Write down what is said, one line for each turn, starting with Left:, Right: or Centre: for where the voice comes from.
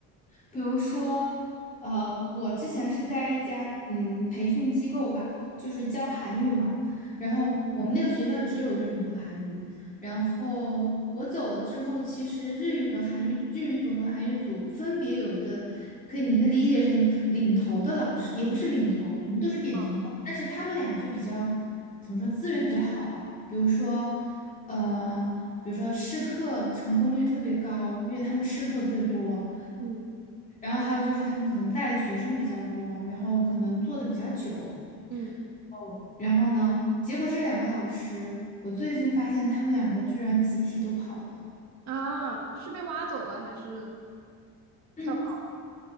Left: 比如说，呃，我之前是在一家嗯培训机构吧，就是教韩语嘛。
Right: 嗯
Left: 然后我们那个学校只有日语和韩语。
Right: 嗯
Left: 然后我走了之后，其实日语和韩语日语组和韩语组分别有一个可以，你可以理解成领头的老师，也不是领头，我们都是扁平化，
Right: 哦
Left: 但是他们俩就比较怎么说资源比较好吧，比如说，呃，比如说试课成功率特别高，因为他们试课最多。
Right: 嗯
Left: 然后还有就是他们可能带的学生比较多，然后可能做的比较久。
Right: 嗯
Left: 哦，然后呢，结果这两个老师，我最近发现他们两个居然集体都跑了。
Right: 啊，是被挖走了还是
Left: <clears throat>
Right: 跳槽了？